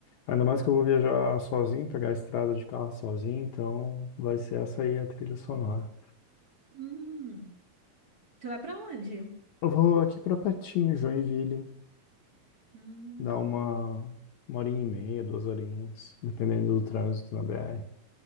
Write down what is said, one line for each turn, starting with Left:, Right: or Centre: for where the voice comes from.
Left: Ainda mais que eu vou viajar sozinho, pegar a estrada de carro sozinho, então vai ser essa aí a trilha sonora.
Right: Hum, você vai pra onde?
Left: Eu vou aqui pra pertinho, Joinville,
Right: Hum,
Left: dar uma, uma horinha e meia, duas horinhas, dependendo do trânsito na BR.